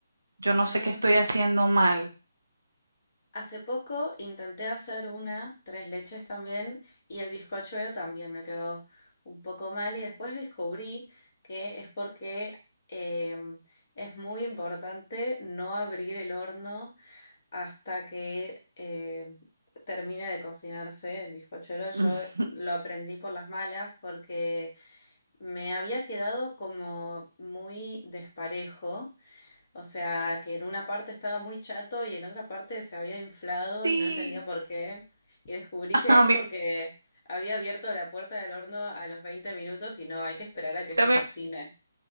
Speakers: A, on the right; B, on the left.
A: Yo no
B: Ah,
A: sé qué estoy haciendo mal.
B: hace poco intenté hacer una, tres leches también, y el bizcochuelo también me quedó un poco mal y después descubrí que es porque eh, es muy importante no abrir el horno hasta que eh, termine de cocinarse el bizcochuelo. Yo
A: <laughs>
B: lo aprendí por las malas porque me había quedado como muy desparejo. O sea, que en una parte estaba muy chato y en otra parte se había inflado
A: Sí,
B: y no entendía por qué. Y descubrí
A: <laughs>
B: que
A: a
B: es
A: mí
B: porque había abierto la puerta del horno a los 20 minutos y no, hay que esperar a que
A: también.
B: se cocine.